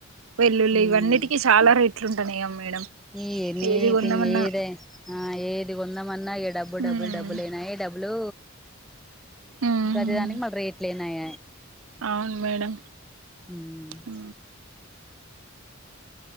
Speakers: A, on the right; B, in the centre.
A: వెల్లుల్లి
B: ఉమ్
A: ఇవన్నిటికీ చాల రేట్లు ఉంటాన్నాయ మేడం
B: <unintelligible>
A: ఏది కొందామన్నా
B: ఆ ఏది కొందామన్నా ఇ డబ్బు
A: ఉమ్
B: డబ్బు డబ్బులెనాయే డబ్బులూ
A: ఉమ్
B: ప్రతి దానికి మళ్ళీ రేట్లు అయినాయ
A: అవును మేడం
B: మ్మ్
A: ఉ